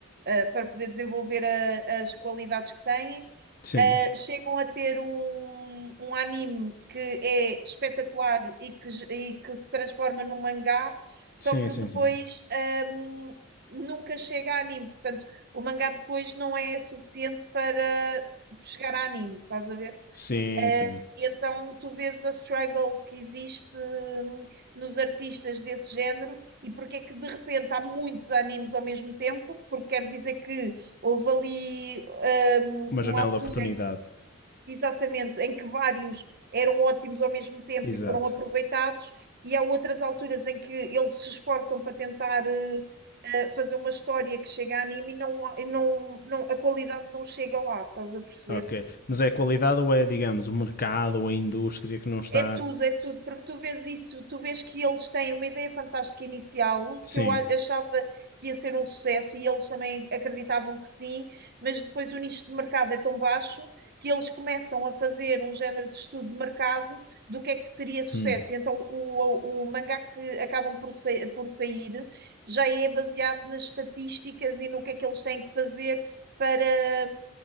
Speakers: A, on the right; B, on the left.
A: eh, para poder desenvolver a- as qualidades que têm.
B: Sim,
A: Eh, chegam a ter um, um anime que é espetacular e que, e que se transforma num mangá, só
B: sim,
A: que
B: sim,
A: depois.
B: sim.
A: hum, nunca chega a anime. Portanto, o mangá depois não é suficiente para se- chegar a anime, estás a ver?
B: Sim,
A: Eh,
B: sim. sim.
A: e então tu vês a struggle que existe hum, nos artistas desse género e porque é que de repente há muitos animes ao mesmo tempo, porque quer dizer que houve ali hum,
B: Uma
A: uma
B: janela
A: altura
B: de oportunidade.
A: Exatamente, em que vários eram ótimos ao mesmo tempo
B: Exato.
A: e foram aproveitados, e há outras alturas em que eles se esforçam para tentar eh, eh, fazer uma história que chega a anime e não, há- e não, não, a qualidade não chega lá, estás a perceber?
B: Ok. Mas é a qualidade ou é, digamos, o mercado ou a indústria que não está.
A: É tudo, é tudo, porque tu vês isso, tu vês que eles têm uma ideia fantástica inicial,
B: Sim.
A: que eu a- achava que ia ser um sucesso e eles também acreditavam que sim, mas depois o nicho de mercado é tão baixo que eles começam a fazer um género de estudo de mercado do que é que teria sucesso.
B: Hum.
A: E Então o, o, o mangá que acabam por, sa- por sair já é baseado nas estatísticas e no que é que eles têm que fazer para,